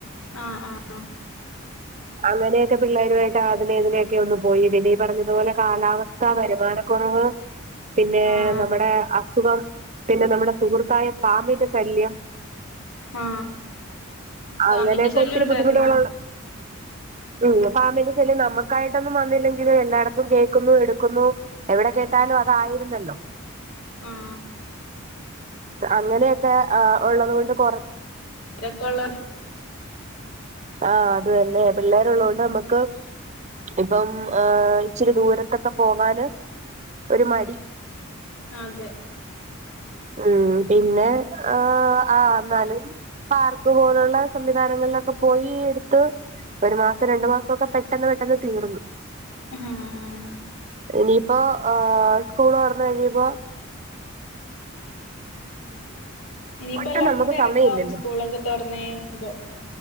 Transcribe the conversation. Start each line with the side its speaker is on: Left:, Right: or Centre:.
Left: ആഹ് ആഹ്
Right: അങ്ങനെയൊക്കെ പിള്ളാരുവായിട്ട് അതിലേയിലൊക്കെ ഒന്ന് പോയി ഇവ്ടിഈ പറഞ്ഞതുപോലെ കാലാവസ്ഥ ക്കാ വര്മാനക്കൊറവ് പിന്നെ
Left: ആ
Right: നമ്മടെ അസുഖം പിന്നെ നമ്മടെ സുഹൃത്തായ പാമ്പിന്റെ ശല്യം
Left: ആ
Right: ആങ്ങനെക്കെ
Left: പാമ്പിന്റെ ശല്യം
Right: ഒത്തിരി
Left: ഉണ്ടായിരുന്നോ
Right: ബുദ്ധിമുട്ട്കളൊണ്ട് ഉം പാമ്പിന്റെ ശല്യം നമ്മക്കായിട്ടൊന്നും വന്നില്ലെങ്കിലും എല്ലായിടത്തും കേക്ക്ന്നു എട്ക്കുന്നു എവ്ടെ കേട്ടാലും അതായിരുന്നല്ലോ?
Left: ആ
Right: അങ്ങനെയൊക്കെ ആഹ് ഒള്ളത് കൊണ്ട് കൊറ
Left: തിരക്കൊള്ളേ
Right: ആഹ് അത് തന്നെ പിള്ളാരൊള്ളകൊണ്ട് നമ്മക്ക് ഇപ്പം ഏഹ് ഇച്ചിരി ദൂരത്തൊക്കെ പോകാന് ഒരു മടി
Left: അതെ
Right: ഉം പിന്നെ ആഹ് ആ എന്നാലും പാർക്ക് പോലുള്ള സംവിധാനങ്ങളിലൊക്കെ പോയി എടുത്ത് ഒരു മാസം രണ്ടു മാസൊക്കെ പെട്ടെന്ന് പെട്ടെന്ന് തീർന്നു
Left: ആഹ്
Right: ഇനിയിപ്പോ ആഹ സ്കൂള് തൊറന്ന് കഴിയുമ്പോ
Left: ഇനിയിപ്പോ
Right: ഒട്ടും
Left: എല്ലാർക്കും
Right: നമുക്ക്
Left: തിരക്കാവും
Right: സമയമില്ലല്ലോ
Left: സ്കൂളൊക്കെ തൊറന്ന് കഴിയുമ്പോ